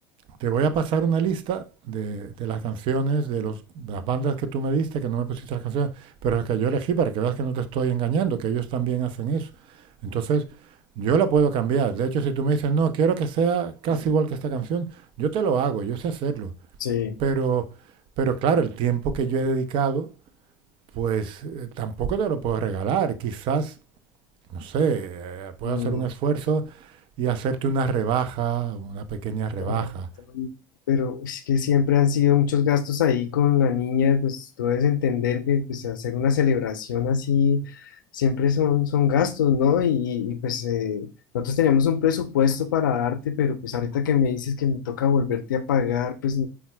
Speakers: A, on the right; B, on the left.
A: te voy a pasar una lista de, de las canciones, de, los, de las bandas que tú me diste, que no me pusiste las canciones, pero las que yo elegí para que veas que no te estoy engañando, que ellos también hacen eso. Entonces, yo la puedo cambiar. De hecho, si tú me dices, no, quiero que sea casi igual que esta canción, yo te lo hago, yo sé hacerlo.
B: sí.
A: Pero, pero claro, el tiempo que yo he dedicado, pues eh, tampoco te lo puedo regalar. Quizás, no sé, eh, puedo
B: Mm,
A: hacer un esfuerzo y hacerte una rebaja, una pequeña rebaja
B: ay, Tony, pero es que siempre han sido muchos gastos ahí con la niña, pues tú debes entender que pues, hacer una celebración así siempre son, son gastos, ¿no? Y, y, pues eh, nosotros teníamos un presupuesto para darte, pero pues ahorita que me dices que me toca volverte a pagar, pues